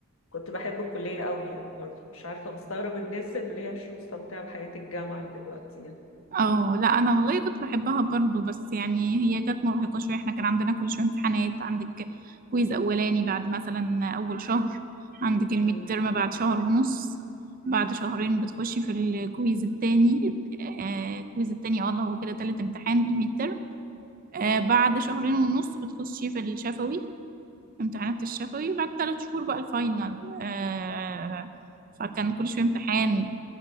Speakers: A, on the left (about 75°); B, on the right (about 40°).
A: كنت بحب الكلية قوي يعني برضو مش عارفة مستغرب الناس اللي هي مش مستمتعة بحياة الجامعة دلوقتي يعني
B: اه لا انا والله كنت بحبها برضو بس يعني هي كانت مرهقه شويه احنا كان عندنا كل شويه امتحانات عندك كويز اولاني بعد مثلا اول شهر عندك الميد
A: مم.
B: ترم بعد شهر ونص بعد شهرين بتخشي في الكويز التاني آه، الكويز التاني اه اللي هو كده تالت امتحان بالميد ترم آه،
A: اه
B: بعد شهرين ونص بتخشي في الشفوي امتحانات الشفوي بعد ثلاث شهور بقى الفاينل آه فكان كل شوية امتحان